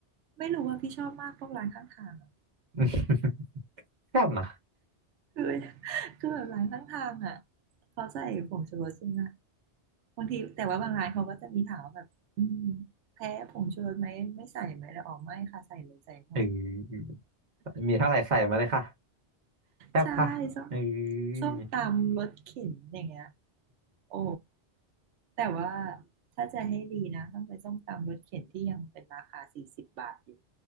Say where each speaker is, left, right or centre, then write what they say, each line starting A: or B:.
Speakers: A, on the right (about 85°); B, on the right (about 40°).
A: ไม่รู้ว่าพี่ชอบมากพวกร้านข้างทางอะ
B: <laughs> แซ่บนะ
A: คือ <laughs> คือแบบร้านข้างทางอ่ะเขาใส่ผงชูรสใช่ไหมบางทีแต่ว่าบางร้านเขาก็จะมีถามว่าแบบอืมแพ้ผงชูรสไหมไม่ใส่ไหมแล้วอ๋อไม่ค่ะใส่เลยใส่หมด
B: เออมีเท่าไหร่ใส่มาเลยค่ะแซ่บค่ะเออ
A: ใช่ส้มส้มตำรสเข็นอย่างเงี้ยโอ้แต่ว่าถ้าจะให้ดีนะต้องเป็นส้มตำรสเข็นที่ยังเป็นราคาสี่สิบบาทอยู่